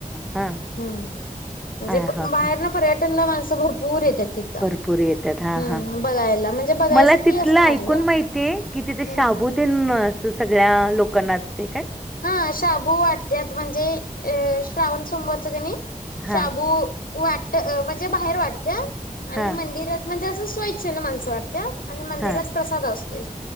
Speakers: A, in the centre; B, on the left (about 85°).
A: हा
B: हम्म म्हणजे
A: हा हा
B: बाहेर
A: हा.
B: ना पर्यट त्यांना माणसं भरपूर येते तिथं.
A: भरपूर येतात हा
B: हम्म
A: हा
B: बघायला म्हणजे बघायसाठी
A: मला तिथलं
B: असं भारी
A: ऐकून
B: आहे
A: माहिती आहे की तिथे
B: हम्म
A: शाबूत सगळ्या लोकं नाचते काय?
B: हा शाबू वाटत्यात म्हणजे अ श्रावण सोमवच कणी
A: हां,
B: शाबू वाटत म्हणजे बाहेर वाटत्या आणि
A: हां,
B: मंदिरात म्हणजे असं स्व इच्छेन माणसं वाटत्या. आणि मंदिरात
A: हां.
B: प्रसाद असतोय